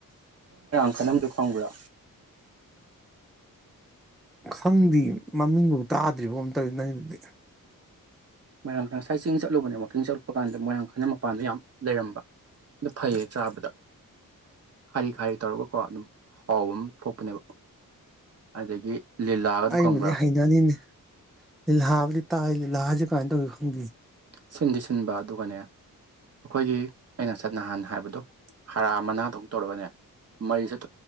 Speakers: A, on the right; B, in the centre.
A: ꯃꯈꯜ ꯑꯃꯁꯗꯨ ꯐꯪꯕ꯭ꯔꯥ
B: ꯈꯪꯗꯦ ꯃꯃꯤꯡꯐꯧ ꯇꯥꯗ꯭ꯔꯤꯕ ꯑꯝꯇꯧꯗꯤ ꯅꯪꯗꯨꯗꯤ
A: ꯃꯣꯏꯔꯥꯡꯈꯥꯡ ꯉꯁꯥꯏ ꯆꯤꯡ ꯆꯠꯂꯨꯕꯅꯦ ꯋꯥꯛꯀꯤꯡ ꯆꯠꯂꯨꯄ ꯀꯥꯟꯗ ꯃꯣꯏꯔꯥꯡꯈꯪꯅ ꯃꯄꯥꯟꯗ ꯌꯥꯝ ꯂꯩꯔꯝꯕ ꯑꯗꯨ ꯐꯩꯌꯦ ꯆꯥꯕꯗ ꯈꯥꯔꯤ ꯈꯥꯔꯤ ꯇꯧꯔꯒꯀꯣ ꯑꯗꯨꯝ ꯍꯥꯎꯕ ꯑꯃ ꯊꯣꯛꯄꯅꯦꯕ ꯑꯗꯒꯤ ꯂꯤꯂꯥꯒꯗꯣ
B: ꯑꯩꯕꯨ
A: ꯈꯪꯕ꯭ꯔꯥ
B: ꯍꯥꯏꯅꯅꯤꯅꯦ ꯂꯤꯜꯍꯥꯕꯗꯤ ꯇꯥ ꯂꯤꯜꯂꯥ ꯖ ꯀꯥꯏꯗ ꯐꯪꯗ
A: ꯁꯤꯟꯗꯤ ꯁꯤꯟꯕ ꯑꯗꯨꯒꯅꯦ ꯑꯩꯈꯣꯏꯒꯤ ꯑꯩꯅ ꯆꯠꯅꯍꯥꯟ ꯍꯥꯏꯕꯗ ꯍꯥꯔꯥ ꯃꯅꯥꯗꯧ ꯇꯧꯔꯒꯅꯦ ꯃꯔꯤ ꯆꯠ